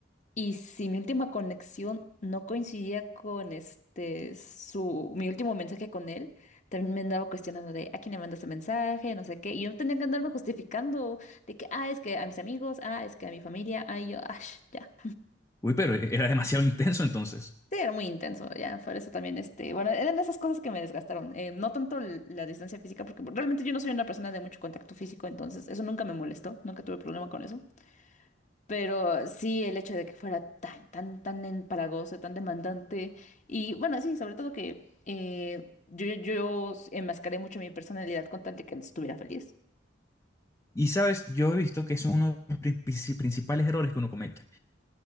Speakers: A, on the left; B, on the left.
A: Y si mi última conexión no coincidía con este su mi último mensaje con él, también me andaba cuestionando de a quién le mandó este mensaje, no sé qué. Y yo tenía que andarme justificando de que ah, es que a mis amigos, ah, es que a mi familia, ah, y yo, ah, ya.
B: Uy, pero e-, era demasiado <laughs> intenso entonces.
A: Sí, era muy intenso, ya, por eso también, este, bueno, eran esas cosas que me desgastaron, eh, no tanto l- la distancia física, porque realmente yo no soy una persona de mucho contacto físico, entonces eso nunca me molestó, nunca tuve problema con eso, pero sí el hecho de que fuera tan, tan, tan empalagoso, tan demandante, y bueno, sí, sobre todo que eh, yo, yo enmascaré mucho mi personalidad con tal de que él estuviera feliz.
B: Y sabes, yo he visto que es uno de los princi- principales errores que uno comete.